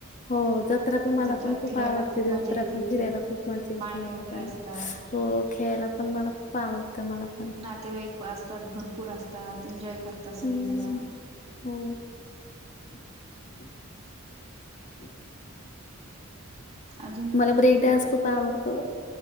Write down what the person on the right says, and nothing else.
जत्रात
फिरायला
मजा येते
पाळणे
वगैरे
असतात
नातेवाईक असतात, भरपूर असतात. एन्जॉय करतात सगळेजणं.
अजून